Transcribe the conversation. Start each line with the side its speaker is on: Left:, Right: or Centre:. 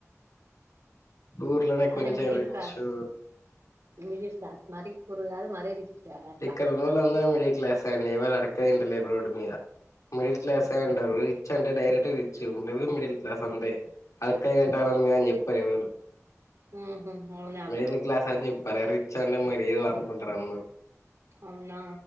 Left: పూర్లనినే కొంచెం
Right: అంటే middle
Left: rich
Right: class middle class మరి పూర్ కాదు మరి రిచ్ కాదు అట్లా
Left: ఇక్కడ ఉన్నోళ్లందరూ మిడిల్ క్లాస్సేయండి ఎవరు అడుక్కుతింటలేడు రోడ్డుమీద మిడిల్ క్లాసే ఉంటారు రిచ్ అంటే డైరెక్ట్ రిచ్ లేకపోతే మిడిల్ క్లాస్ అంతే <unintelligible> గింట అనన్య అని చెప్పారు ఎవరు
Right: ఉహూ అవునా బ్రో
Left: మిడిల్ క్లాస్ అని చెప్పారే రిచ్ అంటే మరి ఏదో అనుకుంటారు అందరూ
Right: అవునా